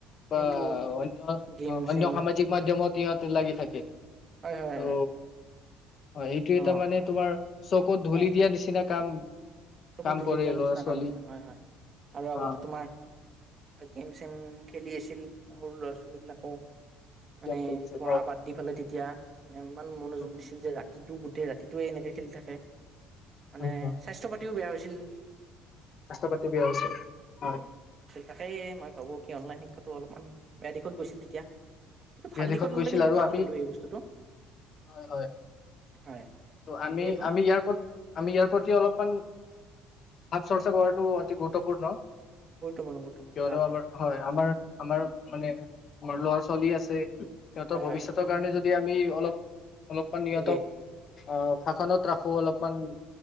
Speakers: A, on the left; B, on the right.
A: বা
B: ইউটিউব
A: অন্য
B: গেম
A: অন্য
B: চেম
A: সামাজিক মাধ্যমত। সিহঁতে লাগি থাকে।
B: হয় হয়
A: ত'
B: হয়
A: হয় এইটো এটা
B: অ
A: মানে তোমাৰ চকুত ধূলি
B: হয়
A: দিয়া
B: হয়
A: নিচিনা কাম।
B: চকু
A: কাম
B: ধুলি
A: কৰে
B: দিয়াৰ
A: ল'ৰা
B: নিচিনা
A: ছোৱালী
B: কাম হৈছে হয় হয় আৰু আগতে
A: আহ
B: তোমাৰ গেমছ খেলি আছিল সৰু ল'ৰা ছোৱালী বিলাকক মানে
A: গেম খেলিছে
B: পঢ়া
A: হয়
B: বাত দি পেলে তেতিয়া ইমান মনোযোগ
A: উম
B: দিছিল যে ৰাতিটো গোট গোটেই ৰাত- টোৱে এনেকে খেলি থাকে মানে
A: উম উম
B: স্বাস্থ্যৰ পাতি এইটো বেয়া হৈছিল নি
A: ৰাস্তা পাতি বিয়া হৈছে হয়।
B: তাকে মই ভাবো কি অনলাইন শি- তাকে অলপমান বেয়া দিশত গৈছিল তেতিয়া কিন্তু ভাল
A: বিদেশত
B: দিশত ল'লে
A: গৈছিল
B: কিন্তু
A: আৰু
B: ভাল
A: আমি
B: কিন্তু এই বস্তুটো
A: হয় হয়
B: হয়
A: ত আমি
B: এইটো
A: আমি ইয়াৰ আমি ইয়াৰ প্ৰতি অলপ ভাত চৰ্চা কৰাটো অতি গুৰুত্বপূৰ্ণ
B: গুৰুত্বপূৰ্ণ গুৰুত্বপূৰ্ণ
A: কিয়নো
B: ভাল ভাল
A: আমাৰ হয় আমাৰ আমাৰ মানে আমাৰ ল'ৰা ছোৱালী আছে। <inaudible> সিহঁতৰ
B: হয়
A: ভৱিষ্যতৰ
B: হয় হয়
A: কাৰণে যদি আমি অলপ অলপ মান ইয়াত
B: ঠিকেই
A: অ শাসনত ৰাখোঁ অলপমান